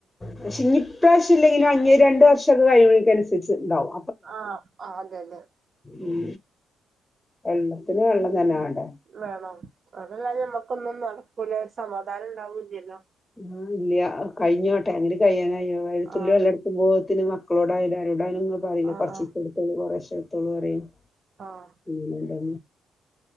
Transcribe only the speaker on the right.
ആഹ്‌ അതെ അതെ
വേണം അതല്ലാെങ്കി നമ്മക്കൊന്നും നടക്കൂല സമാധാനം ഉണ്ടാവൂലല്ലോ.
ആഹ്
ആഹ്
ആഹ്
ആഹ്‌